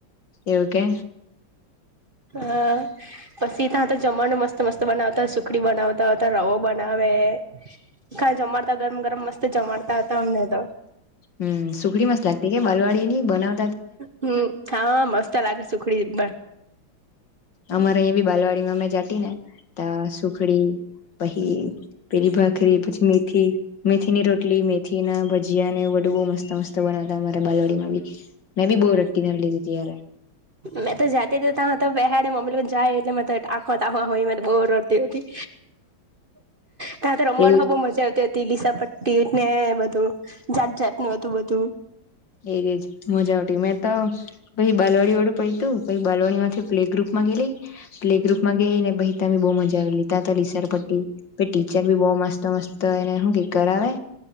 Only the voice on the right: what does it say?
હ પછી ત્યાં તો જમણ મસ્ત-મસ્ત બનાવતા. સુખડી બનાવતા હતા, રવો બનાવે, ખા જમાડતા ગરમ ગરમ મસ્ત જમાડતા હતામ મ‌ ને‌ તો.
હમ્મ હા મસ્ત લાગે સુખડી પણ.
મેં તો જતી હતી ત તો બેહાડે ને મમ્મી લોકો જાય એટલે તો આંખવા તાખવા હોય ગોર રડતી હતી. ત્યા તો રમણ
હો બહ મજા આવતી. તેલીસા પટ્ટી ને બધું જાત જાતનું હતું બધું.